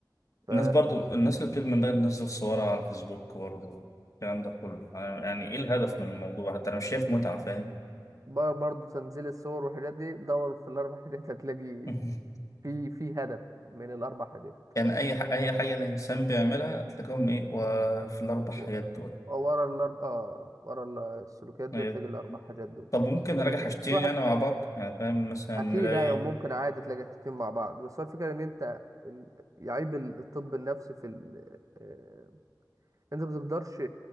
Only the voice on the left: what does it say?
الناس برضو الناس اللي بتدمن ده تنزل صورها على الفيسبوك برضو الكلام ده كله يعني ايه الهدف من الموضوع حتى انا مش شايف متعة فاهم
<laughs>
يعني اي ح- اي حاجة الانسان بيعملها تلاقيهم ايه وفي الاربع حاجات
دول
إيه.
طب ممكن نراجع حاجتين
يعني مع بعض يعني فاهم مثلا
نلاقي